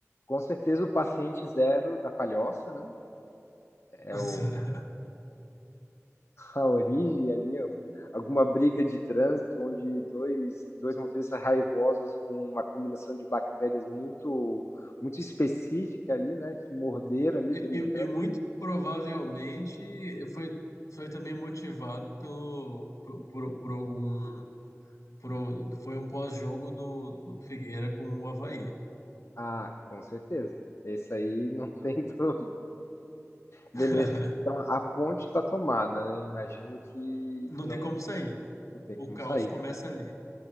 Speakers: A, on the left; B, on the left.
A: com certeza o paciente zero da palhoça, né? É
B: <laughs>
A: o a origem ali, ó, alguma briga de trânsito onde dois, dois motoristas raivosos com uma combinação de bactérias muito muito específica ali, né, que morderam ali
B: E,
A: brigando.
B: e- e muito provavelmente foi, foi também motivado pelo, por, por- por algum. por o- foi um pós-jogo do, do Figueira com o Avaí.
A: Ah, com certeza. Esse aí não <laughs> tem dúvida. Beleza.
B: <laughs>
A: Então, a ponte está tomada, né? Imagino que
B: Não
A: não
B: tem como
A: tem,
B: sair.
A: não tem
B: O
A: como
B: caos
A: sair.
B: começa ali.